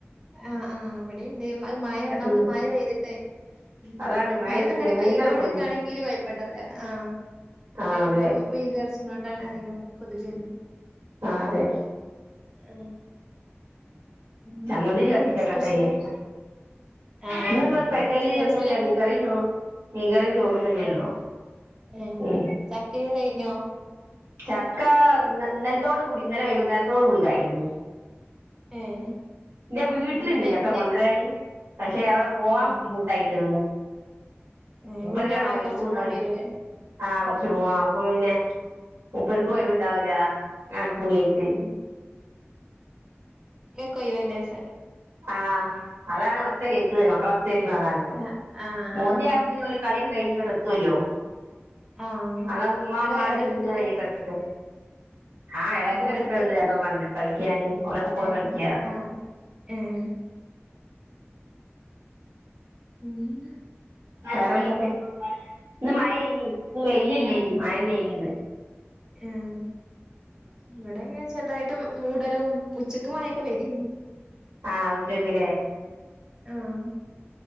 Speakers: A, on the right; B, on the right.
A: ആഹ് ആഹ് ഇവിടേംണ്ട് അത് മഴ ഒന്നാമത്
B: ഉം
A: മഴ പെയ്തിട്ടെ ഉ
B: അതാണ് മഴ
A: മഴന്നങ്ങനെ
B: പെയ്തിട്ട് ഭയങ്കര
A: പെയ്തോണ്ട്ക്കാണെങ്കിൽ
B: കൊതുക്
A: കുഴപ്പണ്ടാവില്ല ആ
B: ആ
A: ഇടക്കും
B: അതെ
A: വെയില് എറച്ചങാണ്ടാണ് അധികം കൊതുക് വരുന് <unintelligible>
B: ആ അതെ
A: ഓ <unintelligible> ഉ <unintelligible>
B: ചന്ദനതിരി
A: ഇല്ല
B: കത്തിച്ചേക്കട്ടെ
A: സ്പെഷ്യലൊക്കെ
B: വിചാരിക്ക
A: ആ
B: ഇന്നിപ്പോ സ്പെഷ്യാലി
A: സ്പെഷ്യലെന്താ
B: ഒന്നുംല്ല മീഗറും ചോറ് മീഗറും ചോറന്ന തല്ലേള്ളൂ
A: ഏ ഏഹ്
B: ഉ
A: ചക്കയൊക്കെ കഴിഞ്ഞോ
B: ചക്ക ഇന്ന് ഇന്നലത്തോട കൂടി ഇന്നലെ വൈകുന്നേരത്തോട കൂടി കഴിഞ്ഞി
A: ഏഹ്
B: ന്റെ വീട്ടിലിണ്ട്
A: ഇന്നലെ
B: ചക്ക
A: ഇന്ന്
B: കൊണ്ടരാൻ
A: ഞ
B: പക്ഷെ അവടെ പോവാൻ
A: ആഹ്
B: ബുദ്ധിമുട്ടായിട്ട്
A: ഏഹ്
B: മൂപ്പര്
A: വീട്
B: കാണേൽ
A: അവിടെ
B: വൈബും
A: കൊറച്ച്
B: ണ്ടാവൂല
A: പോണ്ടി വരൂല്ലേ
B: ആഹ് കൊറച്ച്
A: ഉം
B: പോവാ അപ്പൊ പിന്നെ ഉം മുപ്പർക്ക് ഒഴിവുണ്ടാവുല ഞാ കൂടി യായിട്ട്
A: ഉം കൊഴിവ് ല്ലേസ
B: ആഹ് അതാണ് ഒച്ച കേക്ക്ണ മക്കള ഒച്ച കേക്ക്ണ അതാണ് പ്പം
A: ആഹ് ആഹ്
B: മോന്തിയാകുമ്പ
A: ആഹ്
B: പിന്നെ ഓല് കളിയൊക്കെ കഴിഞ്ഞി തോല്ലോ
A: ആഹ്
B: അത ഉമ്മാ
A: അവിടെ
B: ഉമ്മാ
A: എടെ
B: ചി
A: അടുത്തൊക്കെ
B: ങ്ങനെ ആഹ് എളച്ചന്നെ
A: അവിടെ
B: കുട്ടിളണ്ട്
A: അടുത്തൊക്കെ
B: രണ്ടെണ്ണം കളിക്കാൻ ഓലെ കൂടെ
A: ഏഹ്
B: കളിക്ക
A: ആഹ് ഏഹ് ഇല്ല
B: വറെന്തൊക്കെ ഇന്ന് മഴ എനി ഇന്ന് വെയിലല്ല നി മഴന്നെ എഴന്ന്
A: ഏഹ് ഇവിടെങ്ങെനെ ചെറുതായിട്ടും മൂടലും ഉച്ചക്കുമഴയൊക്കെ പെയ്തിനി
B: ആഹ് ഉച്ചക്ക് ലെ
A: ആഹ്